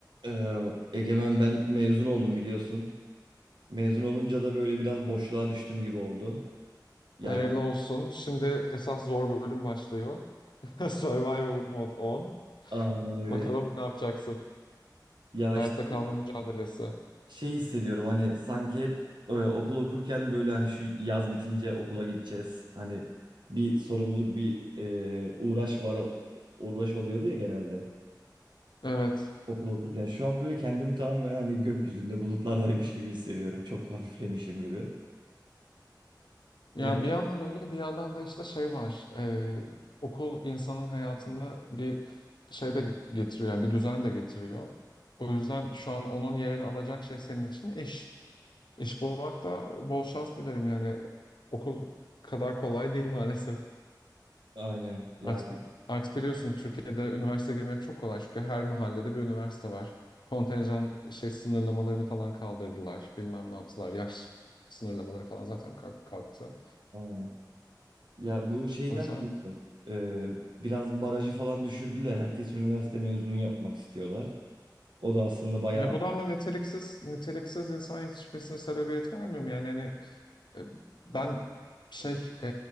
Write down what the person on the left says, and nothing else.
Hayırlı olsun. Şimdi esas zor bölüm başlıyor. <laughs> Survival Mode 10.
Bakalım ne yapacaksın?
Hayatta
kalma mücadelesi.
Evet.
Ya
bir yandan öyle bir yandan da işte şey var. Ee, okul insanın hayatında bir şey de getiriyor. Yani bir düzen de getiriyor. O yüzden şu an onun yerini alacak şey senin için iş. İş bulmak da bol şans dilerim yani. Okul kadar kolay değil maalesef.
Artık artık biliyorsun Türkiye'de üniversite girmek çok kolay çünkü her mahallede bir üniversite var. Kontenjan şey sınırlamalarını falan kaldırdılar. Bilmem ne yaptılar. Yaş sınırlamaları falan zaten kalk- kalktı.
O yüzden
e, bu da ama niteliksiz niteliksiz insan yetişmesine sebebiyet vermiyor mu? Yani hani E, Ben şey e,